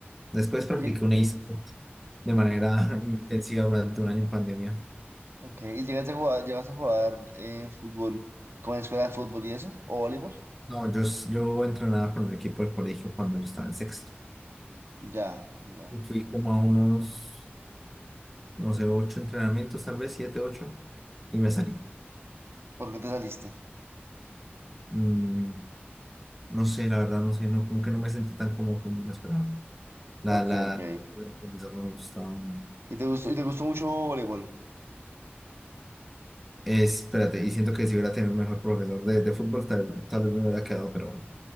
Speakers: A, in the centre; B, on the right (about 75°).
A: después practiqué
B: Y,
A: un e-sport de manera
B: okay,
A: <laughs> intensiva durante un año en pandemia.
B: okay. ¿Y llegaste a jugar, llegaste a jugar eh, fútbol con la escuela de fútbol y eso? ¿O voleibol?
A: No, yo, s- yo entrenaba con el equipo del colegio cuando yo estaba en sexto.
B: Ya, ya.
A: Fui como a unos, no sé, ocho entrenamientos, tal vez siete, ocho, y me salí.
B: ¿Por qué te saliste?
A: Mm, no sé, la verdad, no sé, no, como que no me sentí tan cómodo como lo esperaba. La,
B: Ok,
A: la,
B: ok.
A: el profesor no me gustaba. no.
B: ¿Y te gustó, y te gustó mucho voleibol?
A: Eh, espérate, y siento que si hubiera tenido un mejor profesor de, de fútbol, tal, tal vez me hubiera quedado, pero bueno.